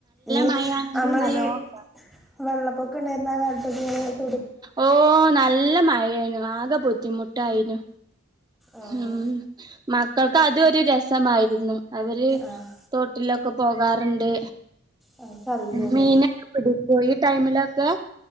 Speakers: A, in the centre; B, on the right.
A: ഈ
B: മഴയാണെങ്കി
A: നമ്മള
B: നല്ലോം
A: ഈ
B: കേറും.
A: വെള്ളപ്പൊക്ക ഉണ്ടായിരുന്ന ആ കാലത്ത്..
B: ഓ നല്ല മഴായിനു ആകെ ബുദ്ധിമുട്ടായിനു
A: ആഹ്
B: ഉം മക്കൾക്ക് അതൊരു രസമായിരുന്നു അവര്
A: ആഹ്
B: തോട്ടിലൊക്കെ പോകാറുണ്ട്
A: അതൊക്കറിയില്ലല്ലോ
B: മീന.. പിടിക്ക ഈ ടൈമിലൊക്കെ